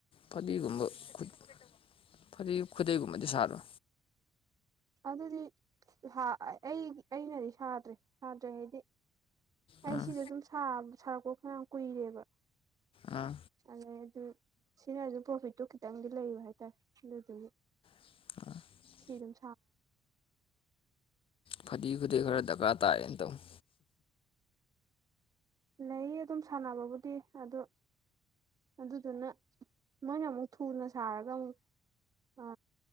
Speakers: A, on the left; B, on the right.
A: ꯐꯗꯤꯒꯨꯝꯕ ꯈꯨꯠ ꯐꯗꯤ ꯈꯨꯗꯩꯒꯨꯝꯕꯗꯤ ꯁꯥꯕ꯭ꯔ
B: ꯑꯗꯨꯗꯤ ꯍꯥ ꯑꯩ ꯑꯩꯅꯗꯤ ꯁꯥꯗ꯭ꯔꯤ ꯁꯥꯗ꯭ꯔꯤ ꯍꯥꯏꯗꯤ ꯑꯩ
A: ꯎꯝ
B: ꯁꯤꯖꯦ ꯑꯗꯨꯝ ꯁꯥ ꯁꯥꯔꯛꯄ ꯐꯅꯥꯌꯥꯝ ꯀꯨꯏꯔꯦꯕ
A: ꯑꯥ
B: ꯑꯗꯩ ꯑꯗꯨ ꯁꯤꯅꯖꯨ ꯄ꯭ꯔꯣꯐꯤꯠꯇꯨ ꯈꯤꯇꯪꯗꯤ ꯂꯩꯕ ꯍꯥꯏꯇꯥꯔꯦ ꯑꯗꯨꯗꯨꯒꯤ
A: <inaudible>
B: ꯁꯤ ꯗꯨꯝ
A: ꯐꯗꯤ ꯈꯨꯗꯩ ꯈꯔ ꯗ꯭ꯔꯀꯥ ꯇꯥꯌꯦꯅ ꯇꯧꯅꯤ
B: ꯂꯩ ꯑꯗꯨꯝ ꯁꯥꯟꯅꯕꯕꯨꯗꯤ ꯑꯗꯨ ꯑꯗꯨꯗꯨꯅ ꯃꯣꯏꯅ ꯃꯨꯛ ꯊꯨꯅ ꯁꯥꯔꯒ ꯑꯃꯨꯛ ꯑ